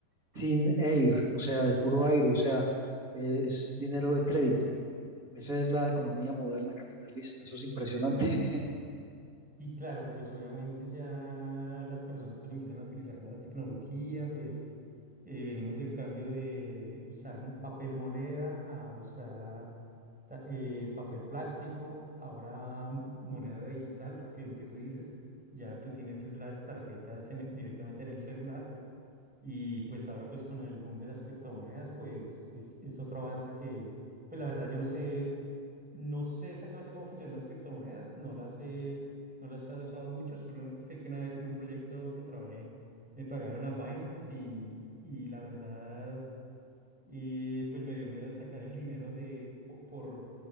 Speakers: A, on the right (about 25°); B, in the centre.
A: thin air, o sea, de puro aire, o sea, eh, es dinero de crédito. Esa es la economía moderna capitalista. Eso es impresionante. <laughs>
B: Y claro, pues obviamente ya las personas pues empiezan a utilizar más la tecnología, pues eh, venimos del cambio de usar m- papel moneda a usar ta- eh, papel plástico, ahora m- moneda digital, porque lo que tú dices, ya tú tienes es las tarjetas en e- directamente en el celular y pues ahora pues con el boom de las criptomonedas pues es, es otro avance que pues la verdad yo no sé, no sé exactamente cómo funcionan las criptomonedas, no las he, no las he usado mucho, solo sé que una vez en un proyecto que trabajé me pagaron a Binance y, y la verdad eh, pues me dio miedo sacar el dinero de po- por,